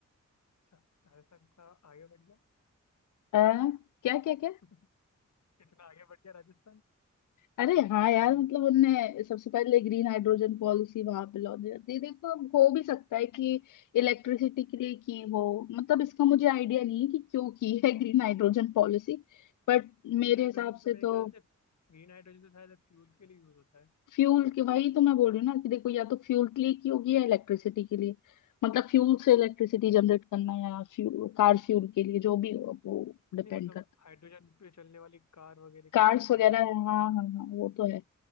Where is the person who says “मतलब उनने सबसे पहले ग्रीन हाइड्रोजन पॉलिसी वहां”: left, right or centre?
Left